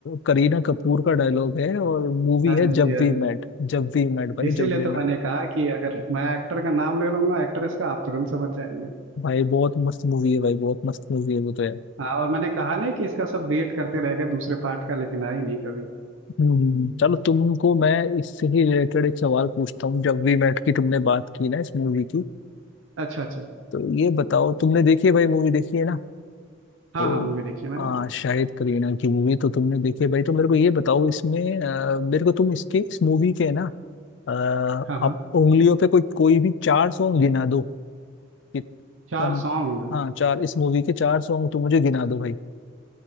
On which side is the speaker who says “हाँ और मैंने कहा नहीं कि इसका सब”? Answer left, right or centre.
Right